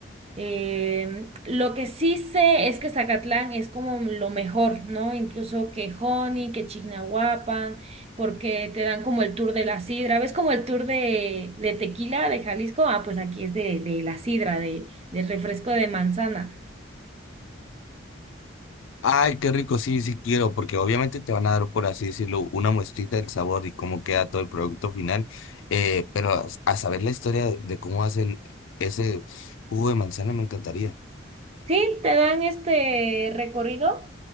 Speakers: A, on the right (about 30°); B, on the left (about 75°).
A: em, lo que sí sé es que Zacatlán es como lo mejor, ¿no? Incluso que Joni, que Chignahuapan, porque te dan como el tour de la sidra, ves como el tour de, de tequila de Jalisco, ah, pues aquí es de, de la sidra, de, del refresco de manzana.
B: Ay, qué rico, sí, sí quiero, porque obviamente te van a dar, por así decirlo, una muestrita del sabor y cómo queda todo el producto final, eh, pero a, a saber la historia de cómo hacen ese jugo de manzana me encantaría.
A: Sí, te dan este recorrido.